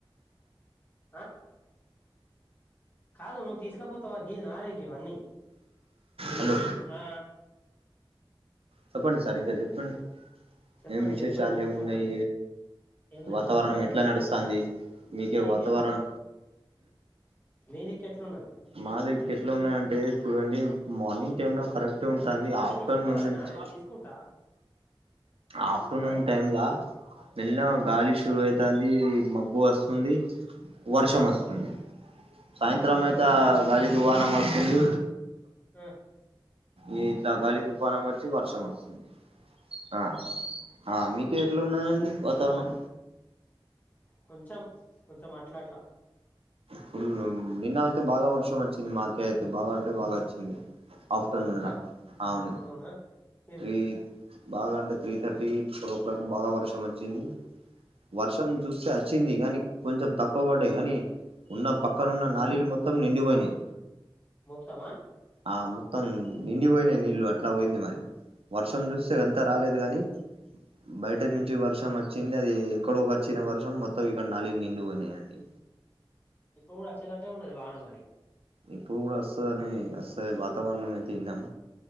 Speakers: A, on the left; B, on the right.
A: ఆ కాదు నువ్వు తీసుకపోతావా గిది నాది అన్ని
B: హలో
A: ఆ
B: చెప్పండి సార్ ఇకా చెప్పండ్
A: చెప్పండి
B: ఏం విశేషల్
A: చెప్పండి
B: ఏం
A: సంగ
B: ఉన్నాయ్
A: ఏం లే
B: వాతావరణం ఎట్లా
A: ఎట్లున్నది
B: నడుస్తుంది మీకే
A: మీ దిక్కు
B: వాతావరణం
A: మీది కి ఎట్లున్నది
B: మా దగ్గర ఎట్లా ఉన్నాయంటే చూడండి మార్నింగ్ టైమ్ లో కరెక్ట్ టి ఉంటుంది
A: మీరు
B: ఆఫ్టర్నూన్
A: తీసుకుపోవదినా
B: నుంచి
A: నేను తీసుకుంటా
B: ఆఫ్టర్నూన్
A: ఆ
B: టైమ్లా మెల్లగా
A: ఆ
B: గాలి శురు డాన్డీ మబ్బు వస్తుంది వర్షం వస్తుంది సాయంత్రం
A: ఆ
B: ఆ గాలీ దువాన మగతుంది
A: ఆ
B: ఈ ఇట్లాగాలి తుఫానం వచ్చి వర్షం వస్తుంది ఆ ఆ మీకు ఎట్లా ఉన్నాదండి వాతావరణం
A: కొంచెం కొంచెం అట్లా అట్లా
B: ఫుల్ నిన్న అయితే బాగా వర్షం వచ్చింది మాకే అయితే బాగా అంటే బాగా వచ్చింది ఆఫ్టర్నూన్లా
A: అవునా
B: అవును
A: అవునా ఇగో
B: ఈ బాగా అంటే three thirty four o'clock బాగా వర్షం వచ్చింది వర్షం చూస్తే వచ్చింది కానీ కొంచెం తక్కువ పడ్డధ్ కానీ ఉన్న పక్కనున్న నాళీలు మొత్తం నిండిపోయినాయి
A: మొత్తమా
B: ఆ మొత్తం నిండిపోయిన నీళ్ళు అట్లా పోయింది మరి వర్షం చూస్తే అంత రాలేదు గాని బయట నుంచి వర్షం వచ్చిందది ఎక్కడో వచ్చిన వర్షం మొత్తం ఇక్కడ నాలీలు నిండి పోయినాయండి
A: ఇప్పుడు కూడా వచ్చేదట్టే ఉన్నది వాన మరి
B: ఇప్పుడు కూడా వస్తుందని వస్తయి వాతావరణం అయితే విన్నాం